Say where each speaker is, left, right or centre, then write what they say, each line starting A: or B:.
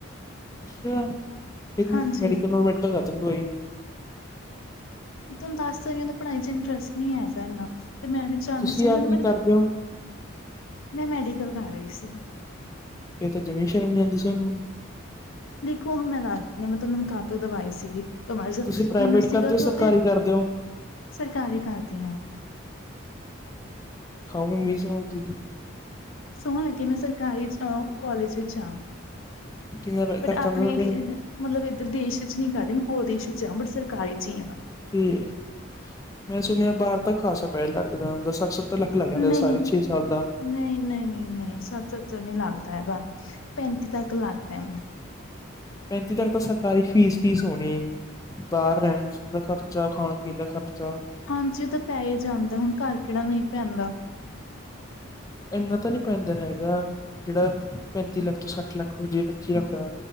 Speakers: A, on the left; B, on the left.
A: ਅੱਛੀਆਂ, ਇੱਕ
B: ਹਾਂਜੀ
A: ਮੈਡੀਕਲ ਨੂੰ ਮੈਡਕਲ ਖਾ ਤੂੰ ਹੀ। <unintelligible>
B: ਤੈਨ ਦੱਸ ਰਈਆਂ, ਓਦਾ ਪੜ੍ਹਾਈ ਚ ਇੰਟਰਸਟ ਨੀ ਹੈਗਾ ਏਨਾ ਤੇ ਮੈਂ ਨੀ ਚਾਉੰਦੀ
A: ਤੁਸੀਂ
B: ਸੀ।
A: ਆਪ
B: ਮੈਨੂੰ
A: ਕੀ
B: ਮੇਰੇ
A: ਕਰਦੇ ਹੋ
B: ਮੈਂ ' ਮੈਡੀਕਲ ' ਕਰ ਰਹੀ ਸੀ।
A: ਫੇਰ ਤੇ ਜਮੀਂ ਸ਼ਰਮ' ਨੀ ਆਂਦੀ ਤੁਹਾਨੂੰ।
B: ਦੇਖੋ ਹੁਣ ਮੈਂ ਦਾਸਦੀ ਹਾਂ, ਮੈਂ ਤਹਾਨੂੰ ਕਾਹਤੋਂ ਦਵਾਈ ਸੀਗੀ। ਕਮਾਸ ਸੀ,
A: ਤੁਸੀਂ ਪ੍ਰਾਈਵੇਟ
B: ਮੈਨੂੰ ਸੀਗਾ
A: ਕਰਦੇ ਹੋ
B: ਕਿ ਓ
A: ਸਰਕਾਰੀ
B: ਤੇ
A: ਕਰਦੇ ਹੋ
B: ਸਰਕਾਰੀ' ਕਰਦੀ ਆਂ।
A: ਖਾਓ ਮੱਮੀ ਦੀ ਸੋਂਹ ਆਪਦੀ ਦੀ।
B: ਸੋਹ ਲੱਗੇ, ਮੈਂ ਸਰਕਾਰੀ ਜੋ ਕੋਲਜ ਵਿੱਚ ਆਂ
A: ਕਿੰਨਾ
B: ਪਰ
A: ਖਰਚਾ
B: ਆਪਣੇ
A: ਆਉਂਦਾ ਤੁਹਾਡੇ
B: ਰਿ ਮਤਲਬ ਇੱਧਰ ਦੇਸ਼ ਵਿੱਚ ਨਹੀਂ ਕਰਦੀ, ਮੈਂ ਹੋਰ ਦੇਸ਼ ਵਿੱਚ ਆਂ ਬਟ ਸਰਕਾਰੀ 'ਚ' ਹੀ ਹਾਂ।
A: ਕੀ ਏ, ਮੈਂ ਸੁਣਿਆ ਬਾਰ ਤਾਂ ਖਾਸਾ ਪੈਸਾ ਲੱਗਦਾ ਹੁੰਦਾ, ਸੱਠ-ਸੱਤਰ ਲੱਖ ਲੱਗ ਜਾਂਦਾ
B: ਨਹੀਂ
A: ਸਾਡੇਂ ਛੇ ਸਾਲ ਦਾ।
B: ਨਹੀਂ, ਨਹੀਂ, ਨਹੀਂ ਨਹੀਂ, ਸੱਠ-ਸੱਤਰ ਨੀ ਲੱਗਦਾ ਹੈਗਾ ਪੈਂਤੀਂ ਤੱਕ ਲੱਗਦੈ।
A: ਪੈਂਤੀ ਤੱਕ ਤਾਂ 'ਸਰਕਾਰੀ' ਫੀਸ- ਫੀਸ ਹੋਣੀ। ਬਾਹਰ ਰਹਿਣ ਦਾ ਖਰਚਾ, ਖਾਣ ਪੀਣ ਦਾ ਖਰਚਾ।
B: ਹਾਂਜੀ, ਓਹ ਤਾਂ ਪੈ ਹੇ ਜਾਂਦਾ ਹੁਣ ਘਰ ਕਿੜੇ ਨਹੀਂ ਪੈਂਦਾ।
A: ਏਨਾ ਤਾਂ ਨੀ ਪੈਂਦਾ ਹੈਗਾ, ਜਿਹੜਾ ਪੈਂਤੀ ਲੱਖ ਤੋਂ ਸੱਠ ਲੱਖ ਹੋ ਜੇ ਪੈਤੀਂ ਲੱਖ ਹੋਜੇ।